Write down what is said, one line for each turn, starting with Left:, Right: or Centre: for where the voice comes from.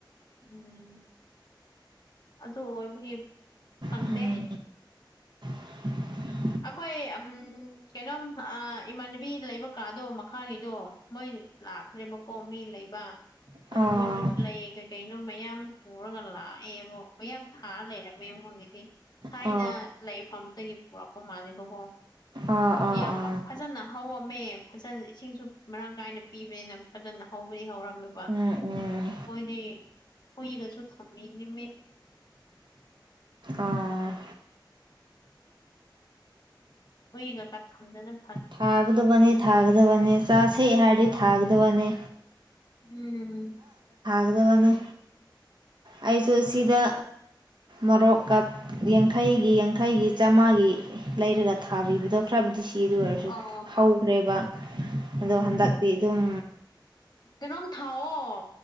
Left: ꯎꯝ ꯑꯗꯨ ꯑꯣꯏꯕꯒꯤ ꯐꯪꯗꯦ
Right: ꯎꯝ <unintelligible>
Left: ꯑꯩꯈꯣꯏ ꯎꯝ ꯀꯩꯅꯣꯝ ꯏꯃꯥꯟꯅꯕꯤ ꯂꯩꯕꯀꯥꯗꯣ ꯃꯈꯥꯅꯤꯗꯣ ꯃꯣꯏ ꯂꯥꯛꯈ꯭ꯔꯦꯕꯀꯣ ꯃꯤ ꯂꯩꯕ
Right: ꯑꯥ
Left: ꯑꯗ ꯃꯣꯏꯁꯨ ꯂꯩ ꯀꯩ ꯀꯩꯅꯣ ꯃꯌꯥꯝ ꯄꯨꯔꯒ ꯂꯥꯛꯑꯦꯕꯣ ꯃꯌꯥꯝ ꯊꯥꯔ ꯂꯩꯔꯝꯃꯦ ꯃꯣꯏꯒꯤꯗꯤ ꯊꯥꯏꯅ
Right: ꯑꯥ
Left: ꯂꯩꯐꯝꯗꯒꯤ ꯄꯨꯔꯛꯄ ꯃꯥꯜꯂꯦꯕꯀꯣ
Right: ꯑꯥ ꯑꯥ
Left: ꯌꯥꯝ
Right: ꯑꯥ
Left: ꯐꯖꯅ ꯍꯧꯔꯝꯃꯦ ꯐꯖꯅ ꯏꯁꯤꯡꯁꯨ ꯃꯔꯥꯡ ꯀꯥꯏꯅ ꯄꯤꯕꯅꯤꯅ ꯐꯖꯅ ꯍꯧꯕꯗꯤ ꯍꯧꯔꯝꯃꯦꯕ
Right: ꯎꯝ ꯎꯝ
Left: ꯃꯣꯏꯗꯤ ꯀꯨꯏꯒꯁꯨ ꯊꯝꯃꯤꯅꯤꯃꯦ
Right: ꯑꯥ
Left: ꯍꯨꯏꯅꯛꯇ ꯊꯝꯗꯅꯕ
Right: ꯊꯥꯒꯗꯕꯅꯤ ꯊꯥꯒꯗꯕꯅꯤ ꯆꯥ ꯁꯦ ꯍꯥꯏꯔꯗꯤ ꯊꯥꯒꯗꯕꯅꯤ
Left: ꯎꯝ
Right: ꯑꯗꯨꯒꯅꯤ ꯑꯩꯁꯨ ꯁꯤꯗ ꯃꯔꯣꯛꯀ ꯌꯥꯡꯈꯩꯒꯤ ꯌꯥꯡꯈꯩꯒꯤ ꯆꯥꯝꯃꯉꯥꯒꯤ ꯂꯩꯔꯒ ꯊꯥꯕꯤꯕꯗꯣ ꯈ꯭ꯔꯕꯨꯗꯤ ꯁꯤ ꯑꯗꯨ ꯑꯣꯏꯔꯁꯨ
Left: ꯑꯣ
Right: ꯍꯧꯈ꯭ꯔꯦꯕ ꯑꯗꯣ
Left: ꯎꯝ
Right: ꯍꯟꯗꯛꯇꯤ ꯑꯗꯨꯝ
Left: ꯀꯩꯅꯣꯝ ꯊꯥꯎꯑꯣ